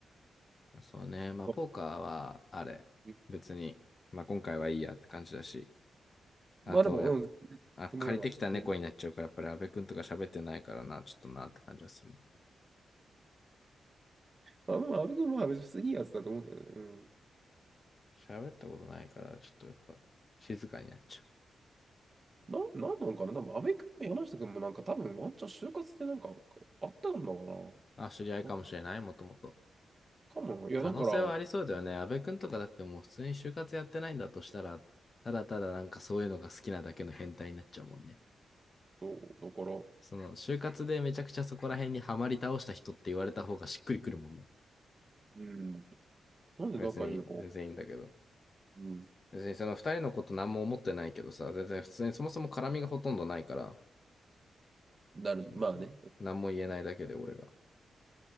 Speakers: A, on the left; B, on the right.
A: そうね。まあ、
B: そ
A: ポーカーは、あれ、
B: う
A: 別に、まあ今回はいいやって感じだし、あとやっ
B: まあでも、うん、
A: ぱあ、
B: でもらえば。
A: 借りてきた猫になっちゃうから、
B: うん
A: やっぱり阿部くんとか喋ってないからな、ちょっとなって感じはする。
B: まあ、まあ、阿部君は別にいいやつだと思うけどね。うん。
A: 喋ったことないから、ちょっとやっぱ静かになっちゃう。
B: な、なんなんかな多分、阿部君も山下君もなんか多分、ワンチャン就活でなんかあったんだかな。
A: あ、知り合いかもしれない、
B: なんか
A: もともと。
B: かもな。いや、
A: 可能性はありそうだよね。
B: だから、そ
A: 安部君とかだってもう普通に就活やってないんだとしたら、ただただなんかそういうのが好きなだけの変態になっちゃうもんね。
B: う、だから、
A: その就活でめちゃくちゃそこら辺にはまり倒した人って言われた方がしっくりくるもんな。
B: うん。なんで仲いいのか、
A: 別に全然いいんだけど。
B: うん。
A: 別にその二人のこと何も思ってないけどさ、全然普通にそもそも絡みがほとんどないから、
B: なる、
A: うん何も言えないだけで俺が。
B: まあね。